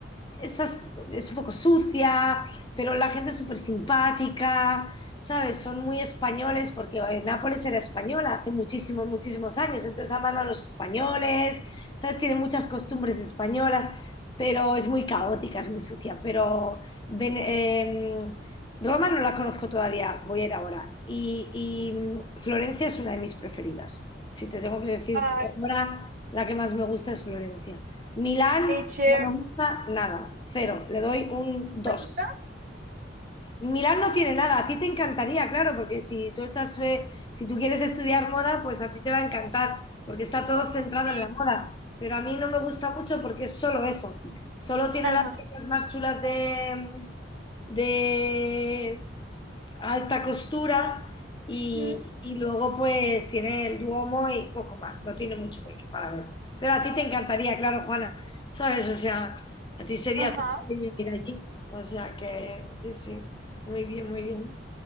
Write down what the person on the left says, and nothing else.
esas, es un poco sucia, pero la gente es súper simpática, ¿sabes? Son muy españoles porque eh, Nápoles era española hace muchísimos, muchísimos años, entonces aman a los españoles, ¿sabes? Tienen muchas costumbres españolas, pero es muy caótica, es muy sucia, pero Ven- eh, Roma no la conozco todavía, voy a ir ahora. Y, y, mm, Florencia es una de mis preferidas. Si te tengo que decir,
por ahora la que más me gusta es Florencia. Milán
no me gusta nada, cero, le doy un dos
Milán no tiene nada, a ti te encantaría, claro, porque si tú estás, eh, si tú quieres estudiar moda, pues a ti te va a encantar, porque está todo centrado
en la moda. Pero a mí no me gusta mucho porque es solo eso. Solo tiene
las piezas más chulas de, de alta costura y,
y luego pues tiene el Duomo y poco más. No tiene mucho que- para ver. Pero a ti te encantaría, claro, Juana, ¿sabes? O sea, a ti sería
tu sueño ir allí. O sea que sí, sí. Muy bien, muy bien.